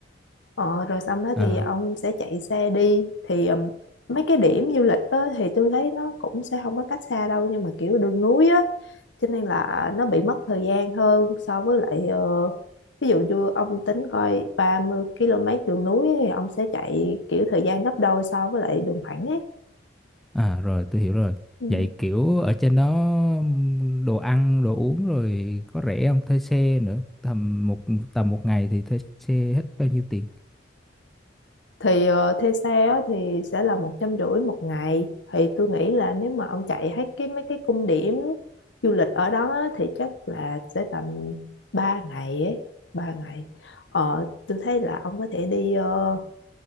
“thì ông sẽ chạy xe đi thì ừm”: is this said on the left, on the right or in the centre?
Left